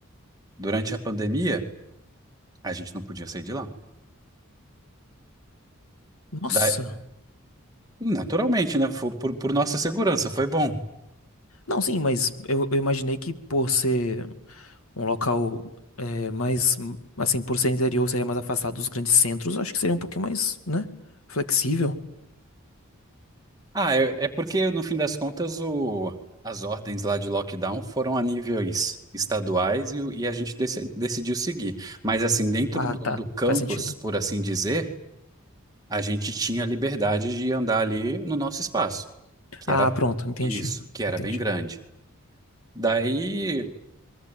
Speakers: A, on the right; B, on the left.
A: Durante a pandemia, a gente não podia sair de lá.
B: Nossa.
A: Da- naturalmente, né? Foi por por nossa segurança, foi bom.
B: Não, sim, mas eu, eu imaginei que por ser um local é, mais, hum, assim, por ser interior, seria mais afastado dos grandes centros, acho que seria um pouquinho mais, né, flexível.
A: Ah, é, é porque no fim das contas o, as ordens lá de lockdown foram a níveis estaduais e, o- e a gente deci- decidiu seguir. Mas assim, dentro
B: Ah,
A: do,
B: tá,
A: do campus,
B: faz sentido.
A: por assim dizer, a gente tinha liberdade de andar ali no nosso espaço, que
B: Ah,
A: era
B: pronto, entendi.
A: isso, que era
B: Entendi.
A: bem grande. Daí